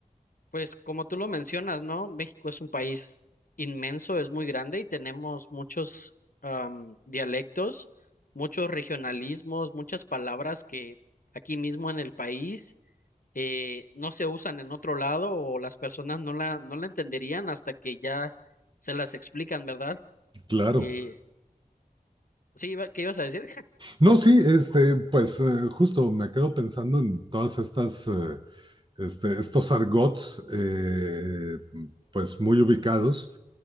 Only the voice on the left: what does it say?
pues como tú lo mencionas, ¿no? México es un país inmenso, es muy grande y tenemos muchos am, dialectos, muchos regionalismos, muchas palabras que aquí mismo en el país eh, no se usan en otro lado o las personas no la, no la entenderían hasta que ya se las explican, ¿verdad?
Eh, sí, iba- ¿qué ibas a decir?